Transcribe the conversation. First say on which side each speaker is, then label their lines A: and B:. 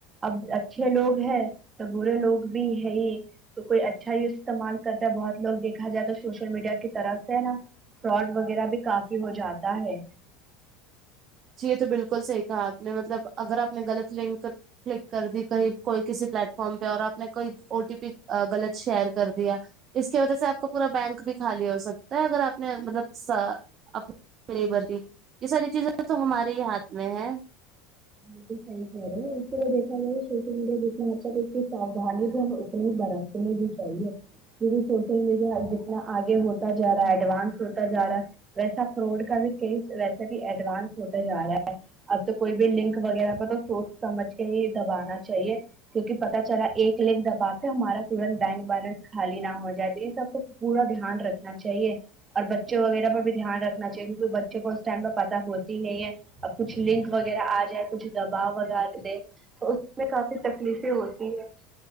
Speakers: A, on the right (about 25°); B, on the right (about 40°).
A: اب اچھے لوگ ہیں تو برے لوگ بھی ہے ہی تو کوئی اچھا یوز استعمال کرتا ہے بہت لوگ دیکھا جائے تو سوشل میڈیا کی طرف سے ہے نا فراڈ وغیرہ بھی کافی ہو جاتا ہے
B: جی یہ تو بالکل صحیح کہا آپ نے مطلب اگر آپ نے غلط لنک کلک کر دی کہیں کوئی کسی پلیٹ فارم پہ اور آپ نے کوئی او ٹی پی غلط شیئر کر دیا اس کی وجہ سے آپ کو پورا بینک بھی خالی ہو سکتا ہے اگر آپ نے مطلب سا اپ نہیں <unintelligible> بھرتی یہ ساری چیزیں تو ہمارے ہی ہاتھ میں ہے
A: بالکل صحیح کہرہی ہے اس ترھا دیکا جائے سوشل میڈیا جتنا بچہ ساودھانی تو ہم اتنی برتنی بھی چاہیے دیدی سوشل میڈیا جتنا آگے ہوتا جا رہا ہے ایڈوانس ہوتا جا رہا ہے ویسا فراڈ کا بھی کیس ویسا بھی ایڈوانس ہوتا جا رہا ہے اب تو کوئی بھی لنک وغیرہ پہ تو سوچ سمجھ کے ہی دبانا چاہیے کیونکہ پتا چلا ایک لنک دباتے ہمارا تورنت بینک بیلنس خالی نہ ہو جائے تو یہ سب کو پورا دھیان رکھنا چاہیے اور بچے وغیرہ پہ بھی دھیان رکھنا چاہیے کیونکہ بچوں کو اس ٹائم پہ پتا ہوتی ہی نہیں ہے کچھ لنک وغیرہ آ جائے کچھ دبا وبا دے تو اس میں کافی تکلیفیں ہوتی ہے